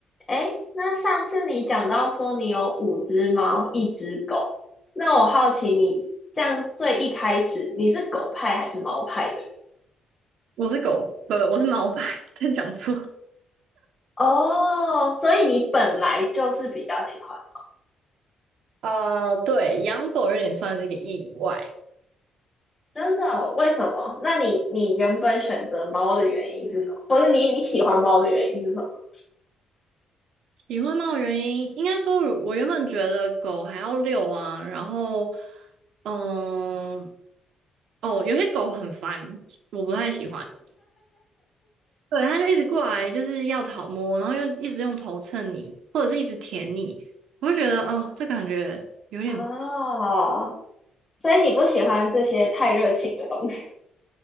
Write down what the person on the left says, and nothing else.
哎，那上次你讲到说你有五只猫，一只狗，那我好奇你这样最一开始你是狗派还是猫派的人？
哦，所以你本来就是比较喜欢，
真的哦为什么？那你你原本选择猫的原因是什么？或者你你喜欢猫的原因是什么？
哦，所以你不喜欢这些太热情的东西。